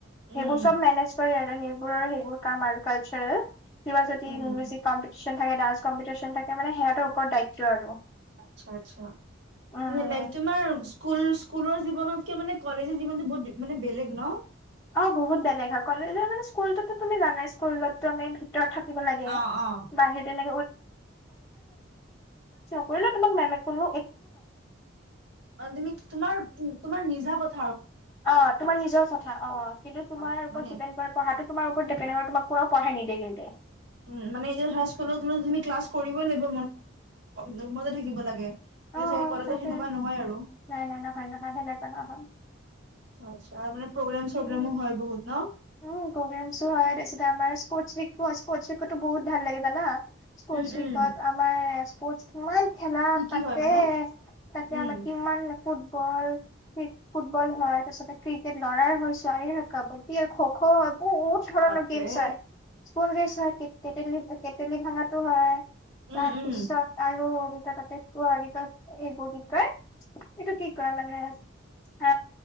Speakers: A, on the right (about 70°); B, on the left (about 20°).
A: উম
B: সেইবোৰ চব মেনেজ কৰে আৰু। সেইবোৰৰ সেইবোৰ কাম আৰু কাৰ্চাৰেল কিবা যদি
A: উম
B: মূজিক কম্পিটিশন থাকে ডান্স কম্পিটিশন থাকে সিহতৰ ওপৰত দায়িত্ব আৰু।
A: আচ্ছা আচ্ছা
B: উম
A: মানে লাইক তোমাৰ স্কুল। স্কুলৰ জীৱনতকে মানে কলেজৰ জীৱনতটো বহুত মানে বেলেগ ন।
B: অ বহুত বেলেগ হয় কলেজৰ মানে স্কুলতো তুমি জানাই স্কুলতো আমি ভ ৰত থিব লাগে
A: অ', অ'।
B: বাহ তেনেে কৰিলো তোমাক মেমে কলো
A: তুমি তোমাৰ তোমাৰ নিজা বথা
B: অ', তোমাৰ নিজৰ কথা অ', কিন্তু তোমাৰ
A: অ',
B: ওপৰত
A: মানে
B: ডিপেণ্ড কৰে পঢ়াটো তোমাৰ ওপৰত ডিপেড তোমাক কোনো পঢ়াই নিদিয়ে কিন্তু।
A: উম, মানে এতিয়া ধৰা স্কুল তুমি ক্লাছ কৰিবই লাগিব <unintelligible> ৰোমতে থাকিব লাগে। কিন্তু
B: অ
A: চাগে কলেজত
B: তাকে
A: সেনেকুৱা নহয় আৰু।
B: নাই নাই নহয় নহয় সেনেকুৱা নহয়
A: আচ্ছা, আচ্ছা আৰু মানে প্ৰগ্ৰাম,
B: উম।
A: চগ্ৰামো হয়, বহুত ন?
B: উম, প্ৰগ্ৰেমচো হয়, তাছতে আমাৰ স্পচ উইকো হয়, স্পচ উইকো আমাৰ বহুত ভাল লাগে জানা। স্পচ
A: উম, উম।
B: উইকত আমাৰ স্পচ <unintelligible> খেলা
A: কি কি
B: পাতে,
A: হয় মানে?
B: তাতে
A: উম,
B: আমাৰ কিমান ফুটবল, ফুটবল হয়, তাছতে ক্ৰিকেট ল'ৰাৰ হয়, ছোৱালীৰ হয়, কাবাডী আৰু খখ হয়, বহুত ধৰণৰ
A: বাপৰে
B: গেমচ হয়, <unintelligible> ৰেছ হয়। কেতেলী, কেতেলী ভাগাটো হয়,
A: উম,
B: তাৰপিছত
A: উম।
B: আৰু <unintelligible> এইবোৰ কি কয়, এইটো কি কয় মানে আ